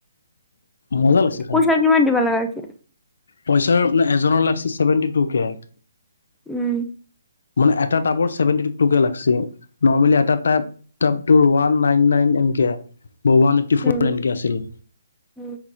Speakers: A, on the left; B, in the centre.
A: মজা লাগিছে
B: পইচা কিমান দিবা লাগা হৈছে।
A: পইচাৰ <unintelligible> এজনৰ লাগিছিল চছেভেনটি টু কে।
B: উম
A: মানে এটা টাবৰ চেভেন্তি টু কে লাগছি, নৰমেলি এটা টাব টাবটো ওৱান নাইন নাইন এনকে আহে। ওৱান এইট্টি ফ'ৰ
B: উম
A: এনকে আছিল
B: উম